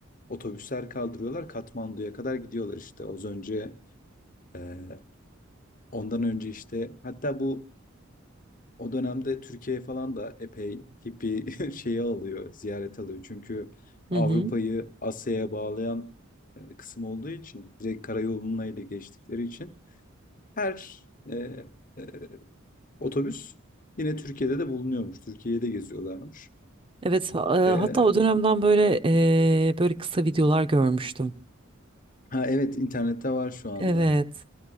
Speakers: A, on the left; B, on the right.
A: otobüsler kaldırıyorlar. Katmandu'ya kadar gidiyorlar işte. Az önce eee, ondan önce işte hatta bu o dönemde Türkiye falan da epey hippie <laughs> şeyi alıyor, ziyaret alıyor. Çünkü
B: hı
A: Avrupa'yı
B: hı.
A: Asya'ya bağlayan e, kısım olduğu için direkt karayoluna ile geçtikleri için her e, e, otobüs yine Türkiye'de de bulunuyormuş. Türkiye'de geziyorlarmış.
B: Evet, ha- e,
A: E,
B: hatta o dönemden böyle e, böyle kısa videolar görmüştüm.
A: ha evet internette var şu anda.
B: Evet.